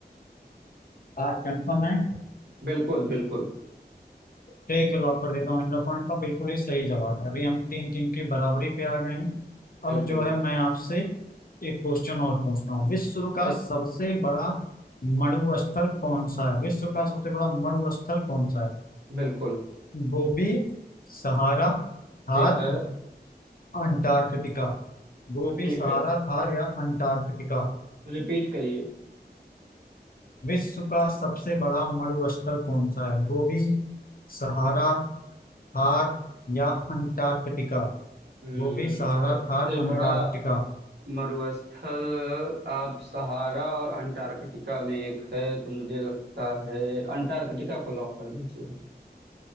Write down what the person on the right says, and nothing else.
बिल्कुल बिल्कुल
बिल्कुल
ठी-
बिल्कुल
ठीक है
ठीक
है
रिपीट करिए
हम्म
सबसे
बड़ा
मरुस्थल आप सहारा और अंटार्कटिका में एक है तो मुझे लगता है अंटार्कटिका को लॉक कर दीजिए